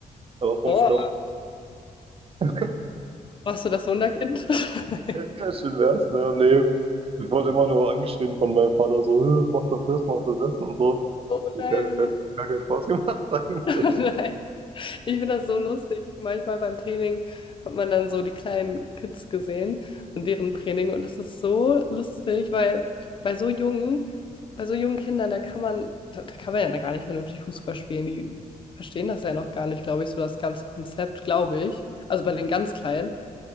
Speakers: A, on the right (about 40°); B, on the left (about 35°).
A: Aber vom
B: Oh.
A: Sport. <laughs>
B: Warst du das Wunderkind?
A: Ja,
B: <laughs>
A: ja, schön wär's, ne? Nee. Ich wurde immer nur angeschrieben von meinem Vater, so, "Hä, mach doch das, mach doch das und so.
B: Oh
A: Das
B: nein.
A: hat gar, gar keinen Spaß gemacht <laughs> eigentlich.
B: <laughs> Nein. Ich finde das so lustig. Manchmal beim Training hat man dann so die kleinen Kids gesehen und deren Training. Und das ist so lustig, weil bei so jungen, bei so jungen Kindern, da kann man, da, da kann man ja da gar nicht vernünftig Fußball spielen. Die verstehen das ja noch gar nicht, glaube ich, so das ganze Konzept, glaube ich. Also bei den ganz Kleinen.